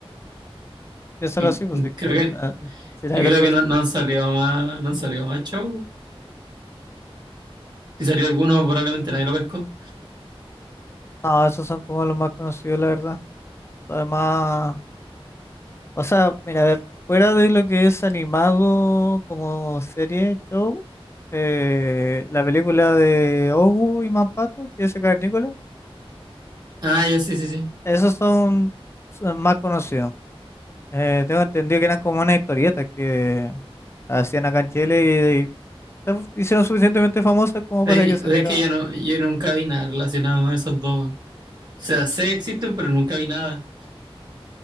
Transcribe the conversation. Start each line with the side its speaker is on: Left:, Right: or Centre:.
Left: Piénsalo
Right: Y
Left: así, pues de
Right: creo
Left: que
Right: que,
Left: na- si nadie
Right: y
Left: lo
Right: creo
Left: conocería.
Right: que no, no han salido más, no han salido más show. Si salió alguno, probablemente nadie lo pescó.
Left: No, esos son como los más conocidos, la verdad. Además. O sea, mira, a ver, fuera de lo que es animado como serie, show, eh, la película de Ogu y Mampato, que es el Cavernícola,
Right: Ah, ya sí, sí, sí.
Left: esos son, son más conocidos. Eh, tengo entendido que eran como unas historietas que hacían acá en Chile y, y se hicieron suficientemente famosas como
Right: Sí,
Left: para que saliera.
Right: es que yo no, yo nunca vi nada relacionado a esos dos. O sea, sé que existen, pero nunca vi nada.